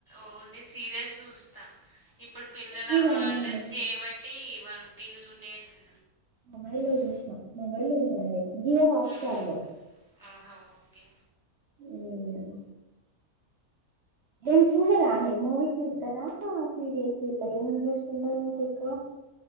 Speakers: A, on the left; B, on the right.
A: ఓన్లీ సీరియల్స్ చూస్తా ఇప్పుడు పిల్లల
B: టీవీ
A: హాలిడేస్
B: కాదండి అది
A: చేయబట్టి వాళ్ళు టీవీలు చూడనీయట్లేదు
B: మొబైల్ లో చూసాం మొబైల్లో చూడండి జియో హాట్స్టార్
A: ఉమ్,
B: లో
A: ఆహా ఓకే
B: ఉమ్ ఏమి చూడరా అండి మూవీస్ చూస్తారా ఆ సీరియల్ అట్లా ఏమేమి చూస్తూ ఉంటారు మీరు ఎక్కువ